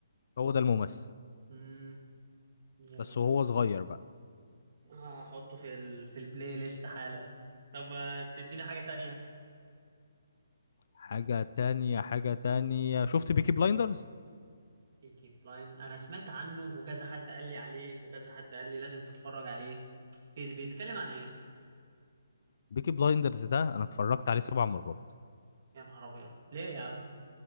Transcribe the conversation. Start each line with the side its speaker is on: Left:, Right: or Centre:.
Left: هو ده الممثل
Right: امم يا
Left: بس
Right: عم
Left: هو صغير بقى
Right: هحطه في ال... في البلاي ليست حالا طب ما تديني حاجة تانية
Left: حاجه تانية حاجه تانية شفت بيكي بلايندرز
Right: بيكي بلاين انا سمعت عنه وكذا حد قال لي عليه وكذا حد قال لي لازم تتفرج عليه بي... بيتكلم عن ايه
Left: بيكي بلايندرز ده انا اتفرجت عليه سبع مرات
Right: يا نهار ابيض ليه يا عم